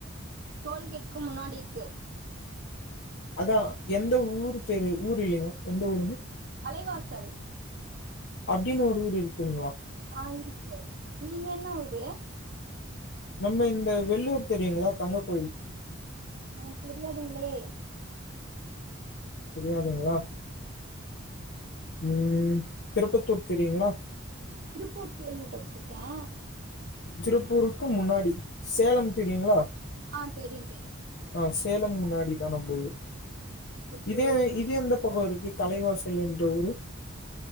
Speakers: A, on the right; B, on the left.
A: டோல்கேட்கு முன்னாடி இருக்கு
B: அதா எந்த ஊரு பேரு ஊர் இல்லைங்க எந்த ஊருங்க
A: அலைவாசல்
B: அப்டின் ஒரு ஊர் இருக்குங்களா
A: ஆ இருக்கு நீங்க என்னா ஊரு
B: நம்ம இந்த வெள்ளூர் தெரியுங்களா தங்கக் கோயில்
A: எனக் தெரியாதுங்களே
B: தெரியாதுங்ளா ம் திருப்பத்தூர் தெரியுங்களா
A: திருப்பூர் கேள்விபட்ருக்கே
B: திருப்பூருக்கு முன்னாடி சேலம் தெரியுங்களா
A: ஆ தெரிய தெரியு
B: ஆ சேலம் முன்னாடிதா நம்ப ஊர்
A: ஓகே
B: இதே
A: ஓகே
B: இது எந்த பக்கோ இருக்கு கலைவாசல்ன்ற ஊரு